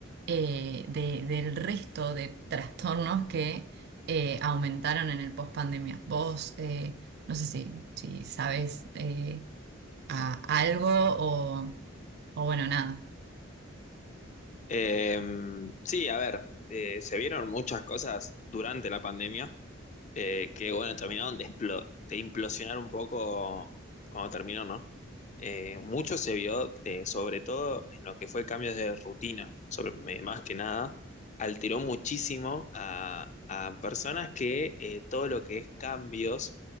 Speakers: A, on the right; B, on the left.
A: eh, de- del resto de trastornos que eh, aumentaron en el post-pandemia. Vos, eh, no sé si, si sabes eh, a- algo o, o bueno, nada.
B: Eh, sí, a ver, eh, se vieron muchas cosas durante la pandemia eh, que, bueno, terminaron de, explo- de implosionar un poco cuando terminó, ¿no? Eh, mucho se vio, eh, sobre todo en lo que fue cambios de rutina, sobre, eh, más que nada, alteró muchísimo a, a personas que eh, todo lo que es cambios